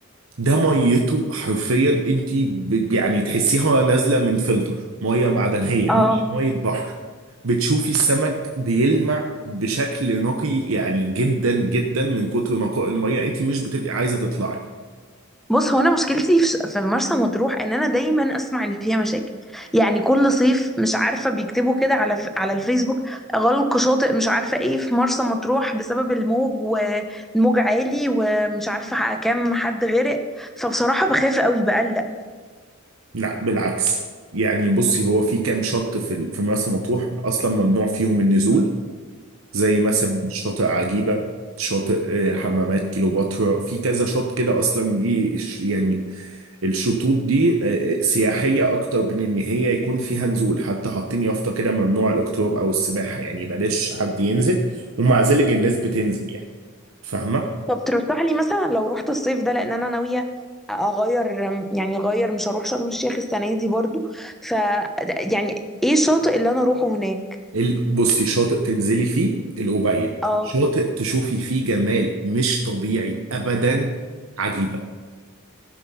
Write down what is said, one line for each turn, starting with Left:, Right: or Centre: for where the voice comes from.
Right: ده ميته حرفيا أنت ب- يعني تحسيها نازلة من فلتر مية معدنية
Centre: اه
Right: مش مية بحر بتشوفي السمك بيلمع بشكل نقي يعني جدا جدا من كتر نقاء المية انت مش بتبقي عايزة تطلعي
Centre: بص هو انا مشكلتي في في مرسى مطروح ان انا دايما اسمع ان فيها مشاكل يعني كل صيف مش عارفه بيكتبوا كده على ف- على الفيسبوك غلق شاطئ مش عارفه ايه في مرسى مطروح بسبب الموج والموج عالي ومش عارفه ح- كام حد غرق فبصراحه بخاف قوي بقلق
Right: لا بالعكس يعني بصي هو في كام شط في ال- في مرسى مطروح اصلا ممنوع فيهم النزول زي مثلا شاطئ عجيبة شاطئ آه، حمامات كيلوباترا في كذا شط كده اصلا دي الش- يعني الشطوط دي آه، آه، سياحية اكتر من ان هي يكون فيها نزول حتى حاطين يافطة كده ممنوع الاقتراب او السباحة يعني بلاش حد ينزل ومع ذلك الناس بتنزل يعني فاهمة
Centre: طب ترشح لي مثلا لو رحت الصيف ده لان انا ناويه اغير يعني اغير مش هروح شرم الشيخ السنه دي برضو ف يعني ايه الشاطئ اللي انا اروحه هناك
Right: ال- بصي شاطئ تنزلي فيه الأوبيد
Centre: اه
Right: شاطئ تشوفي فيه جمال مش طبيعي أبدا عجيبة